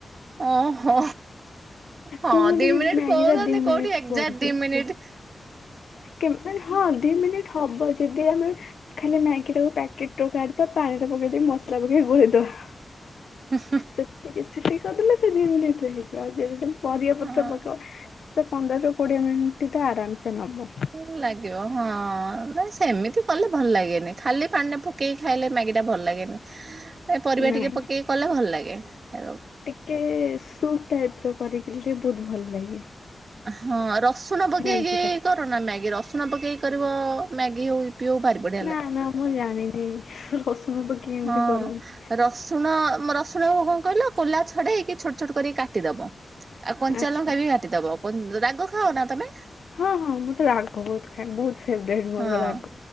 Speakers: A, on the right; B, on the left.
A: ଓ ହୋ। ହଁ
B: କୁହନ୍ତି
A: ଦି
B: କି
A: ମିନିଟ୍
B: ମ୍ୟାଗି
A: କହୁଚନ୍ତି
B: ଟା ଦି ମିନିଟରେ
A: କୋଉଠି ଏଜାକ୍ଟ
B: ବଢିଯାଏ।
A: ଦି ମିନିଟ୍
B: କେବେ ହଁ ଦି ମିନିଟ ହେବ ଯଦି ଆମେ ଖାଲି ମ୍ୟାଗି ଟାକୁ ପ୍ୟାକେଟ୍ ରୁ କାଢିବା ପାଣିରେ ପକେଇ ଦେଇ ମସଲା ପକେଇ ଗୋଲେଇଦବା।
A: <unintelligible>
B: ସେତିକି ସେତିକି କରଦେଲେ ସେ ଦି ମିନିଟ୍ ରେ ହେଇଯିବ ଆଉ ଯଦି ତମେ ପରିବା ପତ୍ର
A: ହଁ।
B: ପକେଇବ ସେ ପନ୍ଦରରୁ କୋଡ଼ିଏ ମିନିଟ୍ ତ ଆରାମସେ ନବ।
A: ଭଲ ଲାଗିବ ହଁ ନାଇଁ ସେମିତି କଲେ ଭଲ ଲାଗେନି ଖାଲି ପାଣିରେ ପ ପକେଇକି ଖାଇଲେ ମ୍ୟାଗି ଟା ଭଲ ଲାଗେନି ଏ ପରିବା
B: ନାଇଁ
A: ଟିକେ ପକେଇକି କଲେ ଭଲ ଲାଗେ ଖାଇବାକୁ।
B: ଟିକେ ସୁପ୍ ଟାଇପ୍ ର କରିଲେ ଟିକେ ବହୁତ ଭଲ ଲାଗେ।
A: ହଁ ରସୁଣ ପକେଇକି
B: ମ୍ୟାଗି ଟା
A: କରନା ମ୍ୟାଗି ରସୁଣ ପକେଇକି କରିବ ମ୍ୟାଗି ହଉ ପିଓ ବାରି ପଡ଼
B: ନା ନା ମୁଁ ଜାଣିନି ରସୁଣ ପକେଇ ଏମିତି
A: ହଁ
B: କରନ୍ତି।
A: ରସୁଣ ମ ରସୁଣ କୁ କଣ କହିଲ କୋଲା ଛଡେଇଇକି ଛୋଟ ଛୋଟ କରିକି କାଟିଦବ। ଆଉ କଞ୍ଚା
B: ଆଚ୍ଛା
A: ଲଙ୍କା ବି କାଟିଦବ କଁ ରାଗ ଖାଅ ନା ତମେ?
B: ହଁ ହଁ ମୁଁ ତ ରାଗ ବହୁତ ଖାଏ ବହୁତ। ଫେବରାଇଟ ମୋର
A: ହଁ।
B: ରାଗ